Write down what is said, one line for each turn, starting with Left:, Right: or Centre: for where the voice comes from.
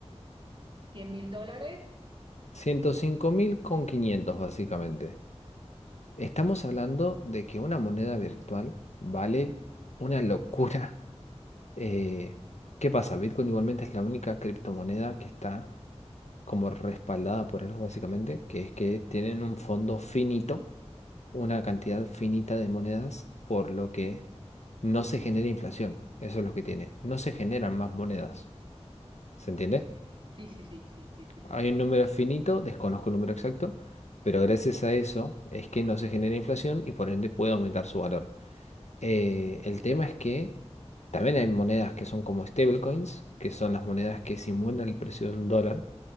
Right: ¿Cien mil dólares?
Left: 105.500 básicamente. Estamos hablando de que una moneda virtual vale una locura Eh, ¿qué pasa? Bitcoin igualmente es la única criptomoneda que está como respaldada por algo básicamente, que es que tienen un fondo finito, una cantidad finita de monedas, por lo que no se genera inflación. Eso es lo que tiene. No se generan más monedas. ¿Se entiende?
Right: Ok, sí, sí, sí, sí, sí, sí, te
Left: Hay
Right: entiendo.
Left: un número finito, desconozco el número exacto, pero gracias a eso es que no se genera inflación y por ende puede aumentar su valor. Eh, el tema es que también hay monedas que son como stablecoins, que son las monedas que simulan el precio de un dólar,